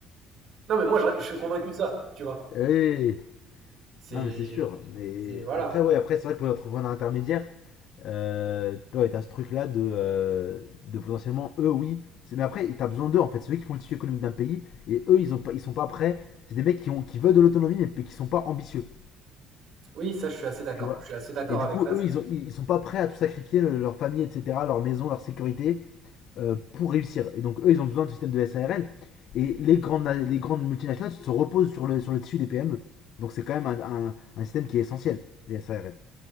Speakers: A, on the right; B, on the left.
A: Non mais moi je, je suis convaincu de ça, tu vois.
B: Ouais. Hey.
A: C'est...
B: Non, mais c'est sûr. Mais
A: C'est- Voilà.
B: après, ouais, après, c'est vrai que pour les entrepreneurs intermédiaires, euh, ouais, t'as ce truc-là de, euh, de potentiellement, eux, oui. c'est- Mais après, t'as besoin d'eux, en fait. C'est eux qui font le tissu économique d'un pays. Et eux, ils, ont pas, ils sont pas prêts. C'est des mecs qui, ont, qui veulent de l'autonomie, mais qui sont pas ambitieux.
A: Oui, ça, je suis assez d'accord.
B: Tu vois
A: Je suis assez d'accord
B: Et du
A: avec
B: coup,
A: ça.
B: eux, ils, ont, ils, ils sont pas prêts à tout sacrifier, le- leur famille, etc., leur maison, leur sécurité, euh, pour réussir. Et donc, eux, ils ont besoin de système de SARL. Et les grandes, les grandes multinationales se reposent sur le, sur le tissu des PME. Donc, c'est quand même un, un, un système qui est essentiel, les SARL.